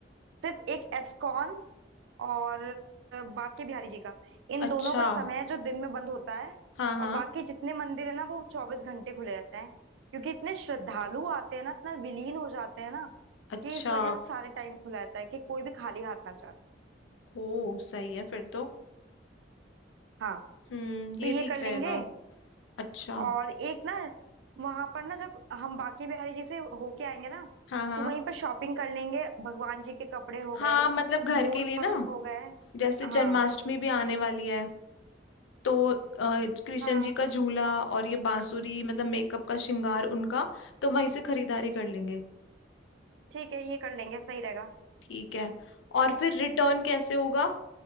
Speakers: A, on the right; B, on the left.
A: सिर्फ एक एस्कॉन और बांके बिहारी जी का इन
B: अच्छा
A: दोनों का समय है जो दिन में बंद होता है
B: हाँ हाँ
A: और बाकी जितने मंदिर है ना वो चौबीस घंटे खुले रहते हैं क्योंकि इतने श्रद्धालु आते हैं ना इतना विलीन हो जाते हैं ना
B: अच्छा
A: कि इस वजह से सारे टाइम खुला रहता है कि कोई भी खाली हाथ ना जाए
B: ओ सही है फिर तो
A: हाँ
B: हम्म ये
A: तो ये
B: ठीक
A: कर
B: रहेगा
A: लेंगे
B: अच्छा
A: और एक ना वहां पर ना जब हम बांके बिहारी जी से होके आएंगे ना
B: हाँ हाँ
A: तो वहीं पर शॉपिंग कर लेंगे भगवान जी के कपड़े हो
B: हाँ
A: गए
B: मतलब घर
A: मोर
B: के लिए ना
A: पंख हो गए
B: जैसे
A: हाँ
B: जन्माष्टमी भी आने वाली है तो अ, कृष्ण
A: हाँ
B: जी का झूला और ये बांसुरी मतलब मेकअप का श्रृंगार उनका तो वहीं से खरीदारी कर लेंगे
A: ठीक है ये कर लेंगे सही रहेगा
B: ठीक है और फिर रिटर्न कैसे होगा